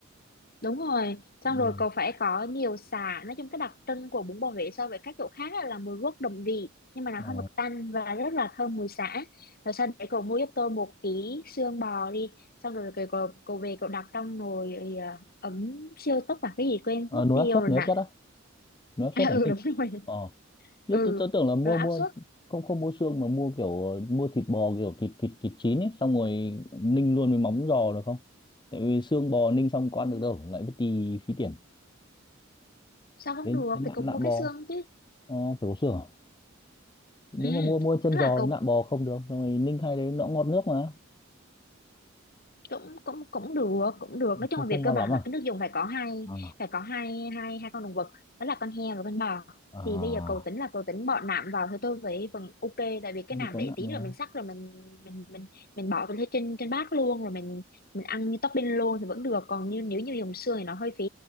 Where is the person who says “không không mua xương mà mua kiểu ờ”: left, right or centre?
Left